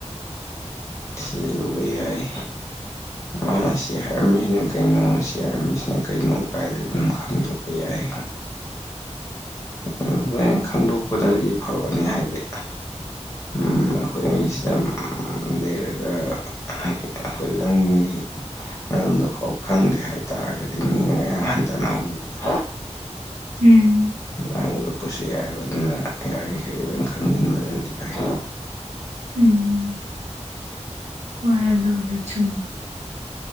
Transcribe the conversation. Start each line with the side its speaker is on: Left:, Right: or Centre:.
Left: ꯊꯤꯖꯤꯜꯂꯨꯕ ꯌꯥꯏ ꯃꯥꯅ ꯁꯤ ꯍꯥꯏꯔꯝꯃꯤꯁꯤꯅ ꯀꯩꯅꯣ ꯁꯤ ꯍꯥꯏꯔꯝꯃꯤꯁꯤꯅ ꯀꯩꯅꯣ ꯀꯥꯏꯗꯒꯤ ꯑꯗꯨꯝ ꯈꯪꯗꯣꯛꯄ ꯌꯥꯏ ꯑꯗꯨꯅꯦ ꯂꯣꯏ ꯈꯪꯗꯣꯛꯄꯅꯗꯤ ꯐꯕꯅꯦ ꯍꯥꯏꯗꯤ ꯎꯝ ꯑꯩꯈꯣꯏꯅꯤ ꯁꯤꯗꯥ ꯂꯩꯔꯒ ꯑꯩꯈꯣꯏ ꯂꯝꯒꯤ ꯃꯔꯝꯗꯨꯐꯥꯎ ꯈꯪꯗꯦ ꯍꯥꯏꯇꯥꯔꯒꯗꯤ ꯃꯤ ꯌꯥꯝ ꯍꯟꯊꯥꯅ ꯎꯕꯗꯣ
Right: ꯎꯝ
Left: ꯑꯗꯨꯃꯥꯏꯅ ꯎꯔꯛꯄꯁꯨ ꯌꯥꯏꯌꯦꯕ ꯑꯗꯨꯅ ꯌꯥꯔꯤꯈꯩ ꯂꯣꯏ ꯈꯪꯖꯤꯟꯕꯅꯗꯤ ꯐꯩ
Right: ꯎꯝ ꯍꯣꯏ ꯑꯗꯨꯕꯨꯗꯤ ꯆꯨꯝꯃꯦ